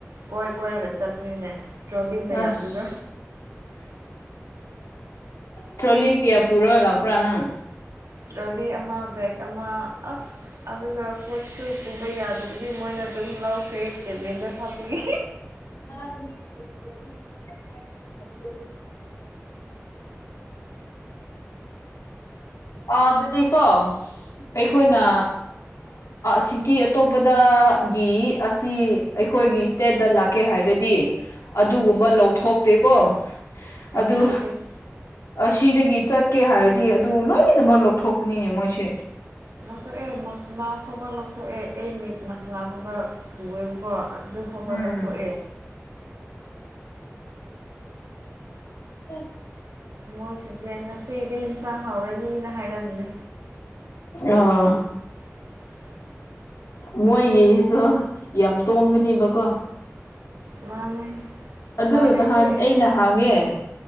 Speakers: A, on the right (about 80°); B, on the left (about 80°).
A: ꯀꯣꯏ ꯀꯣꯏꯔꯒ ꯆꯠꯄꯅꯤꯅꯦ ꯇ꯭ꯔꯣꯂꯤ ꯃꯌꯥꯝꯗꯨꯒ
B: ꯑꯁ ꯇ꯭ꯔꯣꯂꯤ ꯀꯌꯥ ꯄꯨꯔꯒ ꯂꯥꯛꯄ꯭ꯔꯥ ꯅꯪ
A: ꯇ꯭ꯔꯣꯂꯤ ꯑꯃ ꯕꯒ ꯑꯃ ꯑꯁ ꯑꯗꯨꯒ ꯄꯣꯠꯁꯨ ꯄꯨꯕ ꯌꯥꯗꯕꯒꯤ ꯃꯣꯏꯅ ꯑꯗꯨꯝ ꯂꯧꯈ꯭ꯔꯦ ꯀꯦꯚꯦꯟꯗ ꯊꯞꯄꯒꯤ
B: ꯑ ꯑ ꯑꯗꯨ ꯊꯀꯣ ꯑꯩꯈꯣꯏꯅ ꯁꯤꯇ ꯑꯇꯣꯞꯄꯗꯒꯤ ꯑꯁꯤ ꯑꯩꯈꯣꯏꯒꯤ ꯏꯁꯇꯦꯠꯇ ꯂꯥꯛꯀꯦ ꯍꯥꯏꯔꯗꯤ ꯑꯗꯨꯒꯨꯝꯕ ꯂꯧꯊꯣꯛꯇꯦꯀꯣ
A: ꯂꯧꯊꯣꯛꯄꯤꯦ
B: ꯑꯗꯨ ꯑꯁꯤꯗꯒꯤ ꯆꯠꯀꯦ ꯍꯥꯏꯔꯗꯤ ꯑꯗꯨ ꯂꯣꯏꯅꯃꯛ ꯂꯧꯊꯣꯛꯄꯅꯤꯅꯦ ꯃꯣꯏꯁꯦ
A: ꯂꯧꯣ ꯑꯦ ꯃꯁꯂꯥ ꯐꯕ ꯂꯧꯀꯣ ꯑꯦ ꯃꯤꯠ ꯃꯁꯂꯥ ꯈꯕ ꯄꯨꯦꯕ ꯀꯣ ꯗꯨꯈ ꯍꯕ
B: ꯎꯝ
A: ꯂꯧꯈꯣꯑꯦ
B: ꯎꯝ
A: ꯃꯣꯏꯁꯤꯡꯁꯦ ꯉꯁꯤꯗꯤ ꯑꯦꯟꯁꯥꯡ ꯍꯥꯎꯔꯅꯤꯅ ꯍꯥꯏꯔꯝꯕꯅꯤ
B: ꯑꯣ
A: <unintelligible>
B: ꯃꯣꯏꯒꯤꯁꯨ ꯌꯥꯝ ꯇꯣꯡꯒꯅꯦꯕꯀꯣ
A: ꯃꯥꯅꯦ ꯎꯄꯥꯏ
B: ꯑꯗꯨ
A: ꯂꯩꯇꯦ
B: ꯅꯍꯥꯟ ꯑ ꯅꯍꯥꯡꯉꯦ